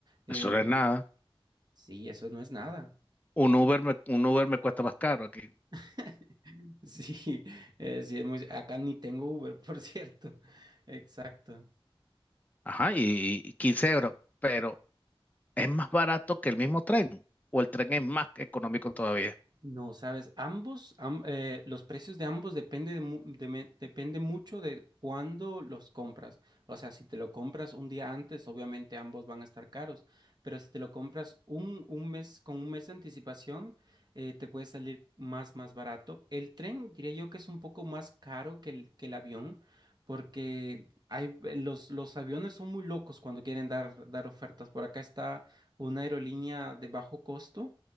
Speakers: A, on the right; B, on the left.
A: Eh,
B: Eso no es nada.
A: sí, eso no es nada.
B: Un Uber me, un Uber me cuesta más caro aquí.
A: <laughs> Sí, eh, sí, es muy... acá ni tengo Uber, por cierto. <laughs> Exacto.
B: Ajá, y, y 15 euros, pero es más barato que el mismo tren, o el tren es más económico todavía.
A: No, sabes, ambos, am- eh, los precios de ambos depende, de mu- de me- depende mucho de cuándo los compras. O sea, si te lo compras un día antes, obviamente ambos van a estar caros. Pero si te lo compras un, un mes, con un mes de anticipación, eh, te puede salir más, más barato. El tren, diría yo que es un poco más caro que el, que el avión, porque hay, eh, los, los aviones son muy locos cuando quieren dar, dar ofertas. Por acá está una aerolínea de bajo costo